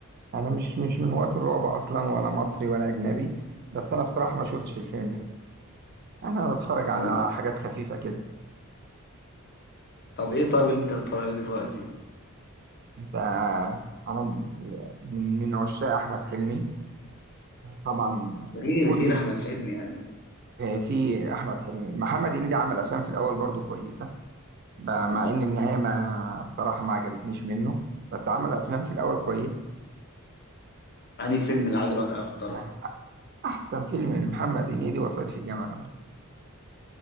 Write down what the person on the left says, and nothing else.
والله
طب ايه طيب اللي انت بتتفرج عليه دلوقتي
غير
غير احمد حلمي يعني
انهي فيلم اللي عجبك اكتر